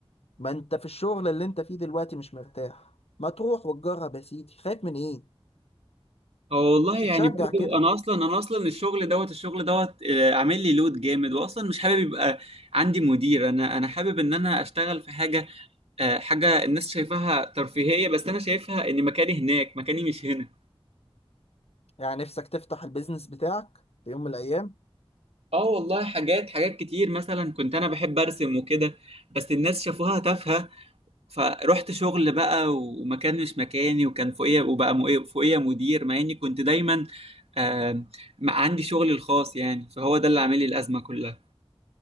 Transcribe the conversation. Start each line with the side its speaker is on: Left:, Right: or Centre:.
Left: ما انت في الشغل اللي انت فيه دلوقتي مش مرتاح ما تروح وتجرب يا سيدي خايف من ايه
Right: هو والله يعني
Left: تشجع
Right: برضو
Left: كده
Right: انا اصلا انا اصلا الشغل دوت الشغل دوت آه، عامل لي لود جامد واصلا مش حابب يبقى عندي مدير انا انا حابب ان انا اشتغل في حاجه آه، حاجة الناس شايفاها ترفيهية بس أنا شايفها إن مكاني هناك مكاني مش هنا
Left: يعني نفسك تفتح البيزنس بتاعك في يوم من الايام
Right: آه والله حاجات حاجات كتير مثلا كنت أنا بحب أرسم وكده بس الناس شافوها تافهة فروحت شغل بقى ومكان مش مكاني وكان فوقيا وبقى مو- فوقيا مدير مع إني كنت دايما آه ما عندي شغلي الخاص يعني فهو ده اللي عامل لي الأزمة كلها